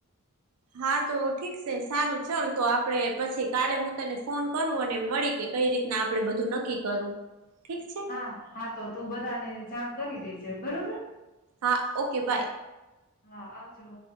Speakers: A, on the right; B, on the left.
A: હા, તો ઠીક છે સારું ચલ તો આપણેે પછી કાલે હું તને ફોન કરું અને મળીયે કઈ રીત ના આપડે બધું નક્કી કરું. ઠીક છે?
B: હા, હા તો તું બધાને જાણ કરી દેજે બરોબર.
A: હા, ઓકે બાય.
B: હા, આવજો.